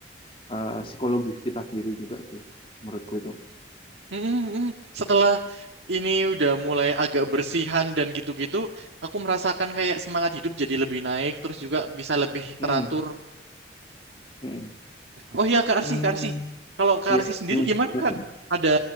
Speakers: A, on the left; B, on the right.
A: eh, psikologis kita sendiri juga sih menurutku itu
B: Mm, mm, mm. Setelah ini udah mulai agak bersihan dan gitu-gitu, aku merasakan kayak semangat hidup jadi lebih naik, terus juga bisa lebih
A: hmm
B: teratur.
A: hmm
B: Oh iya, Kak Arsi,
A: hmm
B: Kak Arsi. Kalau Kak
A: ya
B: Arsi sendiri
A: hmm
B: gimana,
A: ya.
B: Kak? Ada